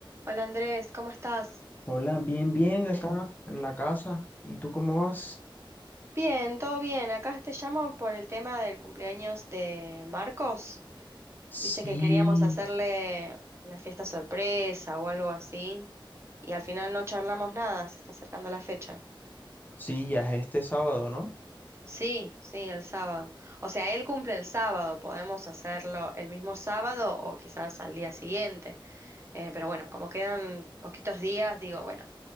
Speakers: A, on the right; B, on the left.
A: Hola Andrés, ¿cómo estás?
B: Hola, bien, bien acá en la casa. ¿Y tú cómo vas?
A: Bien, todo bien. Acá te llamo por el tema del cumpleaños de Marcos.
B: Sí,
A: Viste que queríamos hacerle una fiesta sorpresa o algo así. Y al final no charlamos nada, se está acercando la fecha.
B: sí, ya es este sábado, ¿no?
A: Sí, sí, el sábado. O sea, él cumple el sábado, podemos hacerlo el mismo sábado o quizás al día siguiente. Eh, pero bueno, como quedan poquitos días, digo, bueno,